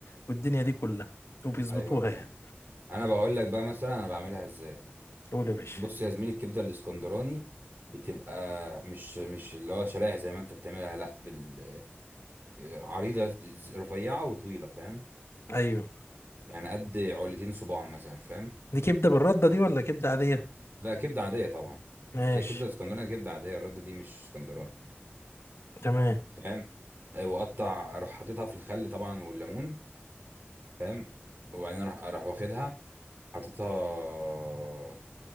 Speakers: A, on the left; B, on the right.
A: والدنيا دي كلها وبيظبطوها
B: ايوه فاهم
A: يعني
B: انا بقول لك بقى مثلا انا بعملها ازاي
A: قول يا باشا
B: بص يا زميلي الكبده الاسكندراني بتبقى مش مش اللي هو شرايح زي ما انت بتعملها لا بال... عريضه ز- رفيعه وطويله فاهم
A: ايوه
B: يعني قد علتين صباع مثلا فاهم
A: دي كبده بالرده دي ولا كبده عاديه
B: لا كبده عاديه طبعا
A: ماشي
B: هي كبده اسكندراني كبده عاديه الرده دي مش اسكندراني
A: تمام
B: فاهم آه، واقطع اروح حاططها في الخل طبعا والليمون فاهم وبعدين اروح اروح واخدها حاططها